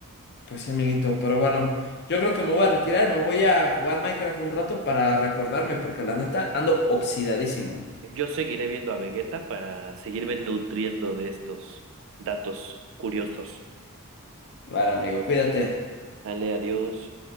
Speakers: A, on the left; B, on the right.
A: Pues sí, amiguito. Pero bueno, yo creo que me voy a retirar. Me voy a jugar Minecraft un rato para recordarme, porque la neta ando oxidadísimo.
B: Yo seguiré viendo a Vegeta para seguirme nutriendo de estos datos curiosos.
A: Vale, amigo, cuídate.
B: Dale, adiós.